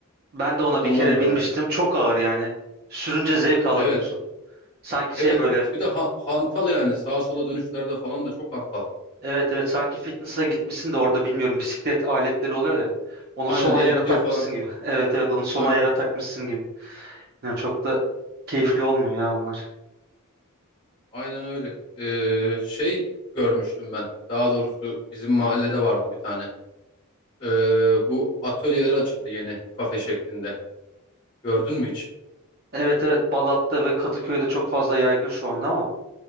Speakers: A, on the right (about 45°); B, on the left (about 20°).
A: ben de ona
B: ondan
A: bir kere
B: da
A: binmiştim.
B: vazgeçtim.
A: Çok ağır yani. Sürünce zevk alamıyorsun.
B: Evet.
A: Sanki
B: Evet.
A: şey böyle.
B: Bir de ha- hantal yani. Sağa sola dönüşlerde falan da çok hantal.
A: Evet evet sanki fitness'a gitmişsin de orada bilmiyorum bisiklet aletleri oluyor ya. Onu
B: Aynen
A: son ayara
B: eliptiye
A: takmışsın
B: falan.
A: gibi. <laughs> Evet evet onu son
B: Aynen,
A: ayara takmışsın gibi. Yani çok da keyifli olmuyor ya onlar.
B: aynen öyle. Ee, şey görmüştüm ben. Daha doğrusu bizim mahallede vardı bir tane. Ee, bu atölyeler açıldı yeni kafe şeklinde. Gördün mü hiç?
A: Evet evet Balat'ta ve Kadıköy'de çok fazla yaygın şu anda ama.